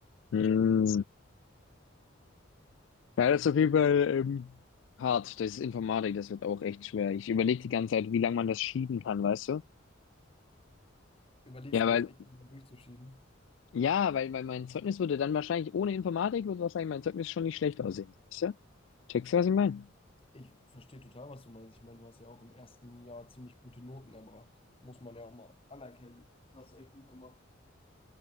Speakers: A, on the left (about 65°); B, on the left (about 25°).
A: Mm.
B: Ja.
A: Ja, das ist auf jeden Fall ähm, hart. Das ist Informatik, das wird auch echt schwer. Ich überlege die ganze Zeit, wie lange man das schieben kann, weißt du?
B: Überlegst
A: Ja,
B: du
A: weil,
B: das echt mal durchzuschieben?
A: ja, weil, weil mein Zeugnis würde dann wahrscheinlich, ohne Informatik würde wahrscheinlich mein Zeugnis schon nicht schlecht aussehen, weißt du? Checkst du, was ich meine?
B: Ich verstehe total, was du meinst. Ich meine, du hast ja auch im ersten Jahr ziemlich gute Noten erbracht. Muss man ja auch mal anerkennen. Das hast du echt gut gemacht.